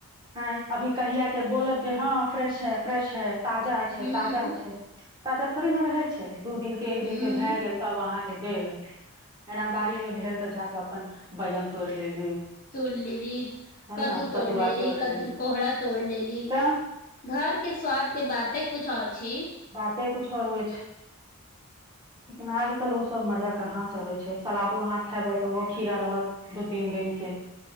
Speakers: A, on the right; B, on the left.
A: ऐं अभी कहिया के बोलत जे हाँ फ्रेश है फ्रेश है ताजा छै
B: हूँ
A: ताजा छै ताजा थोड़ी न रहै छै दू दिन के एक
B: हूँ
A: दिन भए गेल तब अहाँ के देलक एना बारी भेल त जा क अपन बैगन तोड़ लेल
B: तोड़ लेली कद्दू
A: ने कदुआ
B: तोड़ लेली
A: तोड़ि
B: कद्दू कोहरा तोड़ लेली
A: तऽ
B: घर के स्वाद के बातें कुछ आओर छै
A: नै कुछ आओर होइ छै लेकिन आज कल वो सब मजा कहाँ जे छै सलादो अहाँ खेबैय ओहो खीरा रहत दू तीन दिन के